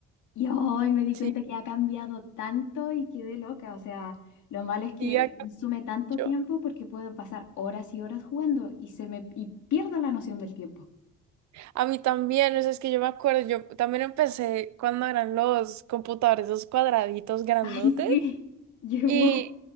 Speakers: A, on the left; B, on the right.
A: Y hoy me di
B: Sí,
A: cuenta que ha cambiado tanto y quedé loca. O sea, lo malo es que
B: sí,
A: me consume tanto
B: ya
A: tiempo porque puedo pasar horas y horas jugando y se me y pierdo la noción del tiempo.
B: A mí también, o sea, es que yo me acuerdo, yo también empecé cuando eran los computadores, esos cuadraditos grandotes,
A: Ay, sí, <laughs> yo igual.
B: y